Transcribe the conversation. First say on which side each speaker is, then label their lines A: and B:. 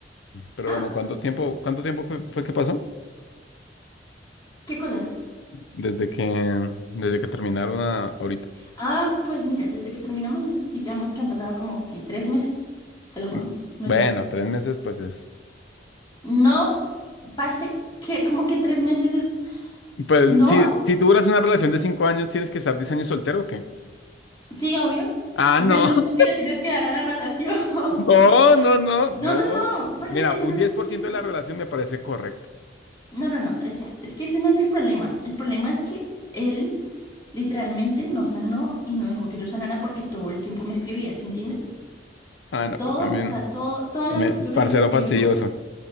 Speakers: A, on the left; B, on the left.
A: Pero
B: ¿Ah?
A: bueno, ¿cuánto tiempo, cuánto tiempo fue fue que pasó?
B: ¿Qué cosa?
A: Desde que, desde que terminaron a- ahorita.
B: Ah, pues mira, desde que terminamos, digamos que han pasado como que tres meses, te lo juro,
A: Mm,
B: no
A: Bueno,
B: es más.
A: tres meses, pues es.
B: No, parce, que como que tres meses es...
A: Pues
B: No,
A: si, si tú duras una relación de cinco años, ¿tienes que estar diez años soltero o qué?
B: sí, obvio,
A: Ah,
B: es
A: no.
B: el luto que le tienes que dar a la relación. <laughs>
A: No, no, no, no.
B: No, no, no, parce,
A: Mira,
B: ese
A: un
B: no
A: 10%
B: es el problema.
A: de la relación me parece correcto.
B: No, no, no, o sea, es que ese no es el problema. El problema es que él literalmente no sanó y no dejó que yo sanara porque todo el tiempo me escribía, ¿sí entiendes?
A: Ah, no,
B: Todo,
A: pero también,
B: o sea, todo, toda
A: también,
B: la ruptura
A: parcero
B: él me escribió,
A: fastidioso.